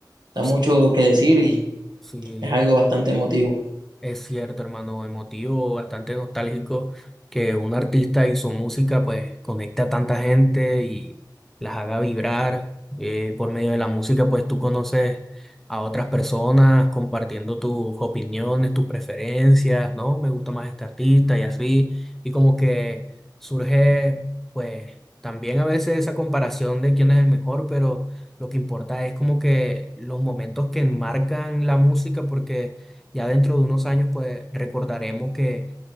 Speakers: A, on the right; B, in the centre.
A: da
B: sí,
A: mucho que decir y
B: Sí,
A: es algo bastante emotivo.
B: es cierto, hermano, emotivo, bastante nostálgico que un artista y su música pues conecta a tanta gente y las haga vibrar. Eh, por medio de la música pues tú conoces a otras personas compartiendo tus opiniones, tus preferencias, ¿no? Me gusta más este artista y así. Y como que surge pues también a veces esa comparación de quién es el mejor, pero lo que importa es como que los momentos que enmarcan la música porque... Ya dentro de unos años, pues recordaremos que